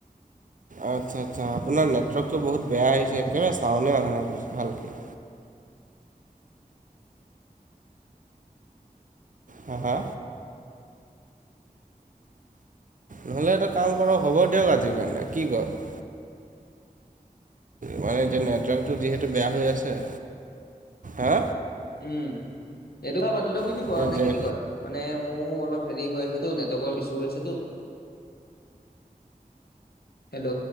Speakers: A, on the right; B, on the left.
A: আচ্ছা আচ্ছা আপোনাৰ নেটৱৰ্কটো বহুত বেয়া আহিছে একেবাৰে চাওঁনে অহা নাই ভালকে হা, হা নহ'লে এটা কাম কৰক হ'ব দিয়ক আজিৰ কাৰণে কি কয়? মানে এতিয়া নেটৱৰ্কটো যিহেতু বেয়া হৈ আছে হা
B: উম এইটো কথা পাতিলে শুই
A: হা
B: দিব আৰু নে কি কয় মানে মোৰো অলপ হেৰি হৈ আছে তো নেটৱৰ্কৰ ইছ্যু হৈ আছেতো, হেল্ল'